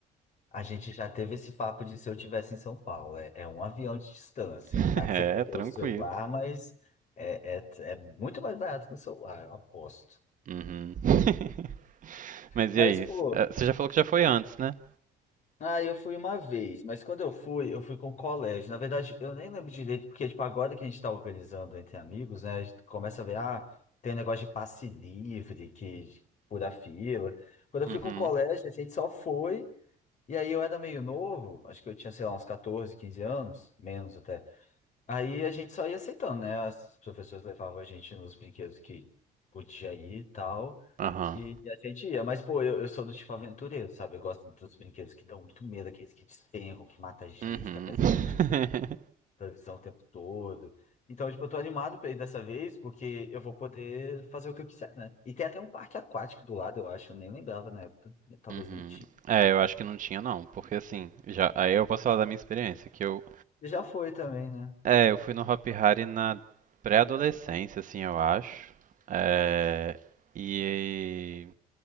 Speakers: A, on the left; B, on the right.
A: A gente já teve esse papo de se eu tivesse em São Paulo, é, é um avião de distância,
B: <laughs>
A: tá? Que você perdeu
B: É, tranquilo.
A: o celular, mas é, é, é muito mais barato que o celular, eu aposto.
B: Uhum. <laughs> Mas
A: Mas,
B: e aí?
A: pô,
B: S- eh, Você já falou que já foi antes, né?
A: ah, eu fui uma vez, mas quando eu fui, eu fui com o colégio. Na verdade, eu nem lembro direito, porque, tipo, agora que a gente tá organizando entre amigos, né, a gente começa a ver, ah, tem um negócio de passe livre, que fura fila. Quando eu
B: Uhum.
A: fui com o colégio, a gente só foi. E aí eu era meio novo, acho que eu tinha, sei lá, uns 14, 15 anos, menos até. Aí a gente só ia aceitando, né? As professoras levavam a gente nos brinquedos que podia ir e tal,
B: Aham.
A: e e a gente ia. Mas, pô, eu, eu sou do tipo aventureiro, sabe? Eu gosto dos brinquedos que dão muito medo, aqueles que despencam, que mata gente,
B: Uhum.
A: que aparece
B: <laughs>
A: notícia no- na televisão o tempo todo. Então, tipo, eu tô animado pra ir dessa vez, porque eu vou poder fazer o que eu quiser, né? E tem até um parque aquático do lado, eu acho, eu nem lembrava na época, talvez
B: Uhum.
A: nem tinha.
B: É, eu acho que não tinha não, porque assim, já, aí eu posso falar da minha experiência, que eu,
A: Já foi também, né?
B: é, eu fui no Hop Hari na pré-adolescência, assim, eu acho. É, e